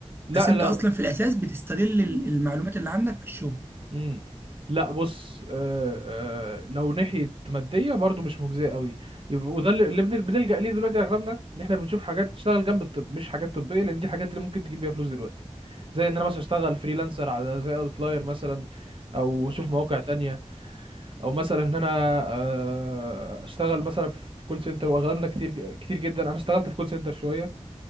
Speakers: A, on the right; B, on the right.
A: لا
B: بس انت
A: لا
B: اصلا في الاساس بتستغل ال- المعلومات اللي عندك في الشغل
A: امم لا بص آه آه لو ناحيه ماديه برضو مش مجزيه قوي يبقى- وده اللي اللي بن- بنلجأ ليه دلوقتي اغلبنا ان احنا بنشوف حاجات تشتغل جنب الطب مش حاجات طبيه لان دي الحاجات اللي ممكن تجيب بيها فلوس دلوقتي زي ان انا مثلا اشتغل فريلانسر على زي اوتلاير مثلا او اشوف مواقع تانية او مثلا ان انا آه اشتغل مثلا في كول سنتر واغلبنا كتير ج- كتير جدا انا اشتغلت في كول سنتر شويه